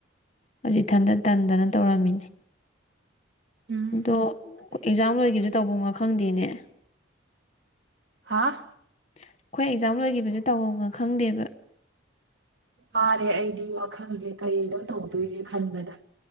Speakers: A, on the left; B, on the right.
A: ꯖꯨ ꯑꯤꯊꯟꯗ ꯇꯟꯗꯅ ꯇꯧꯔꯝꯃꯤꯅꯦ
B: ꯎꯝ
A: ꯑꯗꯣ
B: ꯑꯇꯩꯗꯤ
A: ꯑꯦꯛꯖꯥꯝ ꯂꯣꯏꯒꯤꯁꯦ
B: ꯑꯇꯩꯗꯤ
A: ꯇꯐꯝ ꯉ ꯈꯪꯗꯦꯅꯦ
B: ꯍꯥꯥ
A: ꯑꯩꯈꯣꯏ ꯑꯦꯛꯖꯥꯝ ꯂꯣꯏꯈꯤꯕꯁꯦ ꯇꯧꯑꯣꯒ ꯈꯪꯗꯦꯕ
B: ꯐꯔꯦ ꯑꯩꯗꯤ ꯋꯥꯈꯜꯁꯦ ꯀꯔꯤꯩꯅꯣ ꯇꯧꯗꯣꯏꯁꯦ ꯈꯟꯕꯗ